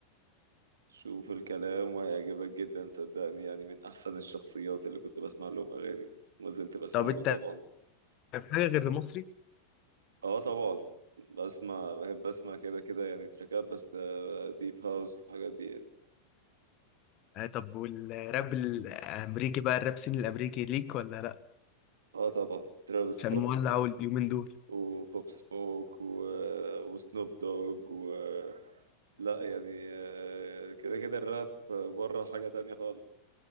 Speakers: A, on the right; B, on the left.
A: شوف الكلام وهيعجبك جدا صدقني يعني من احسن الشخصيات اللي كنت بسمع لهم اغاني وما زلت بسمع
B: طب
A: له
B: انت
A: طبعا
B: في حاجه غير المصري
A: اه طبعا بسمع بحب اسمع كده كده يعني تراكات بس ديب هاوس الحاجات دي يعني
B: آه طب والراب الامريكي بقى الراب سين الامريكي ليك ولا لا
A: اه طبعا ترافيس
B: عشان
A: سكوت
B: مولع أوي اليومين دول
A: وبوب سموك و... وسنوب دوج و... آه، لا يعني آه، كده كده الراب بره حاجة تانية خالص